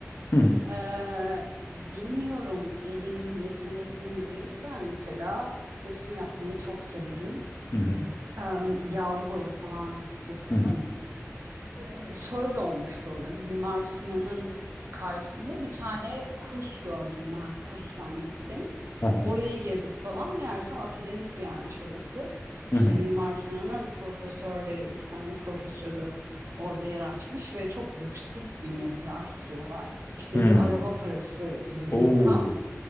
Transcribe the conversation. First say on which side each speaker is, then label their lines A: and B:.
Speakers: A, on the left; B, on the right.
A: Hı hı
B: Ee, bilmiyorum elin yetenekli midir? Ben mesela resim yapmayı çok severim.
A: hı hı
B: Ee, yağlı boya falan yaparım.
A: hı hı
B: Ee, şöyle olmuştu o da. Mimar Sinan'ın karşısında bir tane kurs gördüm ben. Kurs zannettim.
A: aha,
B: Oraya girdik falan. Meğersem akademik bir yermiş orası.
A: hı
B: İşte
A: hı
B: Mimar Sinan'ın profesörleri, iki tane profesörü orada yer açmış ve çok yüksek bir meblağ istiyorlar. İşte
A: hı.
B: bir araba parası gibi
A: Oo.
B: bir rakam.